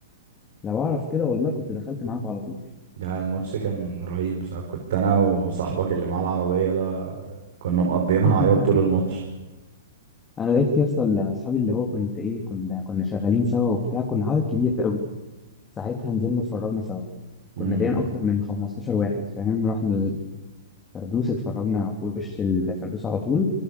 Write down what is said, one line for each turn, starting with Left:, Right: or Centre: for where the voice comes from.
Left: لو اعرف كده والله كنت دخلت معاكم على طول
Right: ده الماتش كان رهيب بصراحة كنت انا وصاحبك اللي معاه العربية ده كنا مقضيينها
Left: <laughs>
Right: عياط طول الماتش
Left: انا لقيت يا اسطى اصحابي اللي هو كنت ايه كنا كنا شغالين سوا وبتاع كنا عدد كبير قوي ساعتها نزلنا اتفرجنا سوا
Right: امم
Left: كنا تقريبا اكتر من 15 واحد فاهم رحنا الفردوس اتفرجنا في وش الفردوس على طول